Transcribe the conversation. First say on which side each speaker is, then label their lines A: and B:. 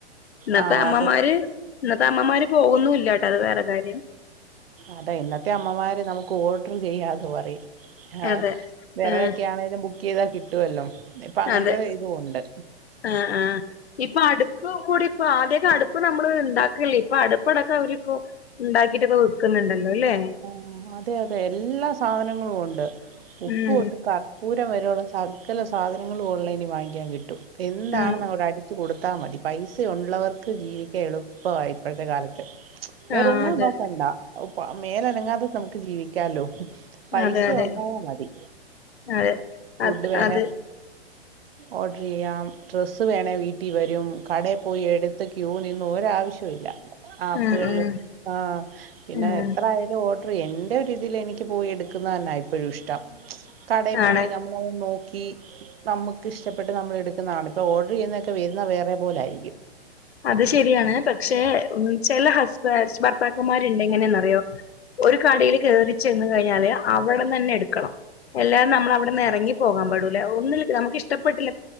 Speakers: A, on the left; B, on the right.
A: ഇന്നത്തെ
B: ആ
A: അമ്മമാര്
B: അതെ
A: ഇന്നത്തെ അമ്മമാര് പോവൊന്നുംഇല്ലാട്ടോ അത് വേറെ കാര്യം
B: അതെ ഇന്നത്തെ അമ്മമാർ നമുക്ക് ഓർഡർ ചെയ്യാന്ന് പറയും ആഹ
A: അതെ
B: വെറകൊക്കെ
A: ആഹ്
B: ആണേലും ബുക്ക് ചെയ്താ കിട്ടുവല്ലോ ഇപ്പ അങ്ങനത്തെ
A: അതെ
B: ഇതും ഉണ്ട്
A: ആഹ് ആഹ് ഇപ്പൊ അടുപ്പ് കൂടി ഇപ്പൊ ആദ്യൊക്കെ അടുപ്പ് നമ്മള് ഉണ്ടാക്കലല്ലേ ഇപ്പൊ അടുപ്പടക്കം അവരിപ്പോ ഇണ്ടാക്കിട്ട് ഇപ്പ വിൽക്കുന്ന്ണ്ടല്ലോ അല്ലെ
B: ഉം അതെ അതെ എല്ലാ സാധനങ്ങളും ഉണ്ട് ഉപ്പ്
A: ഉം
B: തൊട്ട് കർ പൂരം വരെയുള്ള സകല സാധനങ്ങളും ഓൺലൈനിൽ വാങ്ങിക്കാൻ കിട്ടും എന്താണ്ന്ന്
A: ഉം
B: അങ്ങോട്ട് അടിച്ചു കൊടുത്താൽ മതി പൈസ ഉള്ളവർക്ക് ജീവിക്കാ എളുപ്പാ ഇപ്പഴ്ത്തെ കാലത്ത് വേറൊന്നും
A: ആ അതെ
B: നോക്കണ്ട മേലനങ്ങാതെ നമുക്ക് ജീവിക്കാല്ലോ പൈസ
A: അതെ അതെ
B: ഉണ്ടായാ മതി
A: അതെ
B: ഫുഡ്
A: അത്
B: വേണേ
A: അത്
B: ഓർഡർ ചെയ്യാം ഡ്രസ്സ് വേണേ വീട്ടിൽ വരും കടയിൽ പോയി എടുത്ത് ക്യൂ നിന്ന് ഒരാവശ്യമില്ല ആപ്പുകളില്
A: ഉം ഉം
B: ആഹ് പിന്നെ
A: ഉം
B: എത്രയാലും ഓർഡർ എന്റെ ഒരു ഇതിൽ എനിക്ക് പോയി എടുക്കുന്നത് തന്നെ ഇപ്പോഴും ഇഷ്ടം കടയിൽ പോയി
A: ആണ്
B: നമ്മ നോക്കി നമുക്ക് ഇഷ്ടപ്പെട്ട് നമ്മൾ എടുക്കുന്നതാണ് ഇപ്പോൾ ഓർഡർ ചെയ്യുന്നതൊക്കെ വരുന്നത് വേറെ പോലെ ആയിരിക്കും
A: അത് ശരിയാണ് പക്ഷേ ഉം ചില ഹസ്ബൻ ഭർത്താക്കന്മാരുണ്ട് എങ്ങനെയെന്നറിയോ ഒരു കടൽ കയറി ചെന്ന് കഴിഞ്ഞാല് അവിടെ തന്നെ എടുക്കണം അല്ലാതെ നമ്മൾ അവിടെന്ന് ഇറങ്ങി പോകാൻ പാടൂലേ ഒന്നും നമുക്ക് ഇഷ്ട്ടപെട്ടില്ല